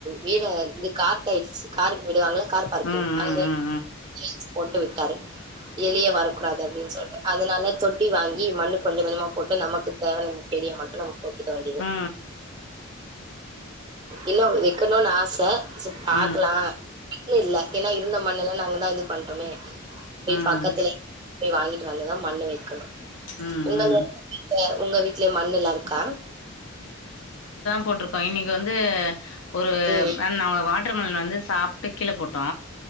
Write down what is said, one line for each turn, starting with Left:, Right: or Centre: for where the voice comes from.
Right: வீட இது கார் டேக்ஸி காருக்கு விடுவாங்கள கார் பார்க்கிங்
Left: ம் ம்
Right: அங்கயே
Left: ம் ம்
Right: <unintelligible> போட்டு விட்டாரு வெளிய வரக்கூடாது அப்டின் சொல்ட்டு அதுனால தொட்டி வாங்கி மண்ணு கொஞ்ச கொஞ்சமா போட்டு டு நமக்கு தேவ <unintelligible> தெரிய மட்டு நம்ம போட் <unintelligible> வேண்டியது
Left: ம் ம் ம்
Right: இன்னு வெக்கணுனு ஆச ஆச பாக்கலா
Left: ம் ம்
Right: மண்ணு இல்ல ஏன்னா இருந்த மண்ணல்லா நாங்க <unintelligible> பண்டமே போய்
Left: ம் ம்
Right: பக்கத்துல போய் வாங்கிட்டு வந்து தா மண்ணு வக்கணு
Left: ம்
Right: ஒங்க
Left: ம்
Right: வீட்ல ஒங்க வீட்லயு மண்ணெல்லா இருக்கா
Left: போட்ருக்கோ இன்னக்கி வந்து ஒரு
Right: ம்
Left: வேன் நாங்க வா வாட்டர் மெலன் வந்து சாப் ட்டு கீழ போட்டோ